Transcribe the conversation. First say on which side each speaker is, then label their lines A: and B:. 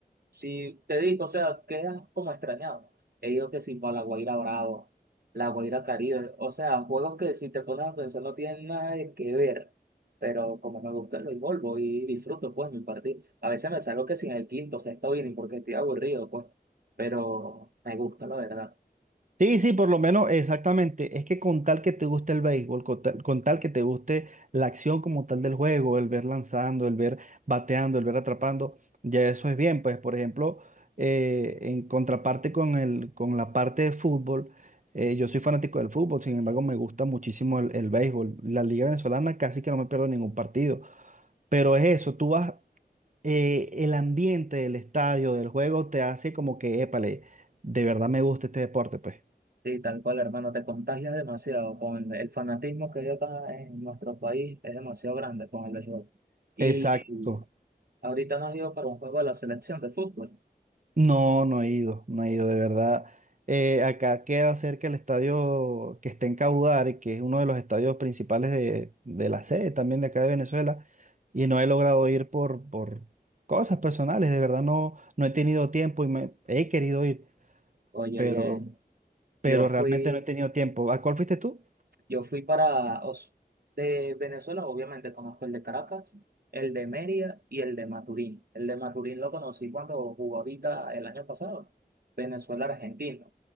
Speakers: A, on the right; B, on the right.
A: si te digo, o sea, quedas como extrañado. He ido que sí para la Guaira Bravo, la Guaira Caribe, o sea, juegos que si te pones a pensar no tienen nada de que ver, pero como me gusta el béisbol, voy y disfruto pues mi partido. A veces me salgo que sin el quinto, sexto inning porque estoy aburrido, pues, pero me gusta, la verdad.
B: Sí, sí, por lo menos, exactamente. Es que con tal que te guste el béisbol, con tal, con tal que te guste la acción como tal del juego, el ver lanzando, el ver bateando, el ver atrapando, ya eso es bien. Pues, por ejemplo, eh, en contraparte con el, con la parte de fútbol, eh, yo soy fanático del fútbol, sin embargo, me gusta muchísimo el, el béisbol. La Liga Venezolana casi que no me pierdo ningún partido. Pero es eso, tú vas, eh, el ambiente del estadio, del juego, te hace como que, épale, de verdad me gusta este deporte, pues.
A: Sí, tal cual, hermano, te contagias demasiado con el fanatismo que hay acá en nuestro país, es demasiado grande con el béisbol. Y
B: Exacto.
A: ahorita nos dio para un juego de la selección de fútbol.
B: No, no he ido, no he ido, de verdad. Eh, acá queda cerca el estadio que está en Caudar, que es uno de los estadios principales de, de la sede también de acá de Venezuela, y no he logrado ir por, por cosas personales, de verdad no, no he tenido tiempo y me, he querido ir,
A: Oye,
B: pero,
A: bien,
B: pero
A: yo fui
B: realmente no he tenido tiempo. ¿A cuál fuiste tú?
A: Yo fui para os- de Venezuela, obviamente conozco el de Caracas, el de Mérida y el de Maturín. El de Maturín lo conocí cuando jugó ahorita el año pasado, Venezuela-Argentino.